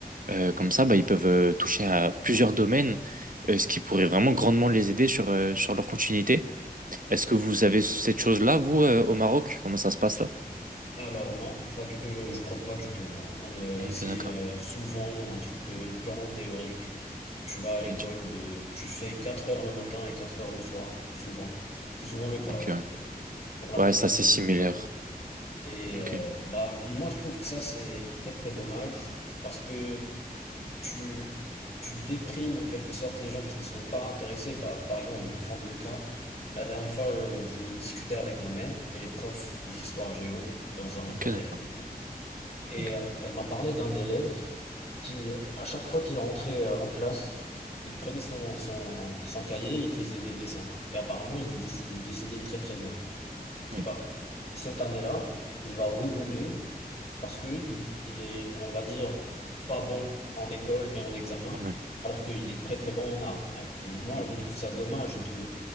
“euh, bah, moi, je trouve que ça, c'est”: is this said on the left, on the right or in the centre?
Left